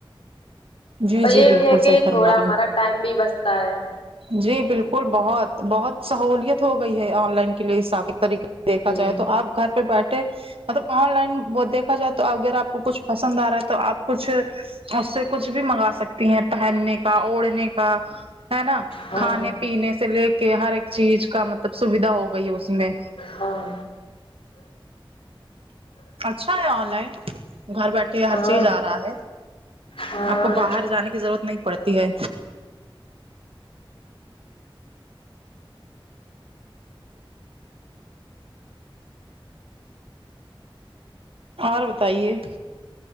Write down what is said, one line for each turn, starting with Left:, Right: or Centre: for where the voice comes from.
Right: جی
Left: اور
Right: جی
Left: یہ
Right: بالکل
Left: بھی ہے کہ
Right: صحیح فرما
Left: تھوڑا
Right: رہے
Left: ہمارا
Right: ہیں
Left: ٹائم بھی بچتا ہے
Right: جی بالکل بہت بہت سہولیت ہو گئی ہے آن لائن کے لیے طریقے دیکھا
Left: ہوں
Right: جائے تو آپ گھر پہ بیٹھے مطلب آن لائن وہ دیکھا جائے تو اگر آپ کو کچھ پسند آ رہا ہے تو آپ کچھ اس سے کچھ بھی منگا سکتی ہیں پہننے کا اوڑھنے کا ہے نا
Left: ہاں
Right: کھانے پینے سے لے کے ہر ایک چیز کا مطلب سوھا ہو گئی اس میں
Left: ہاں
Right: اچھا ہے آن لائن گھر بیٹھے کہ ہر
Left: ہاں ہاں
Right: چیز آ رہا ہے
Left: ہاں
Right: آپ کو باہر جانے کی ضرورت نہیں پڑتی ہے اور بتائیے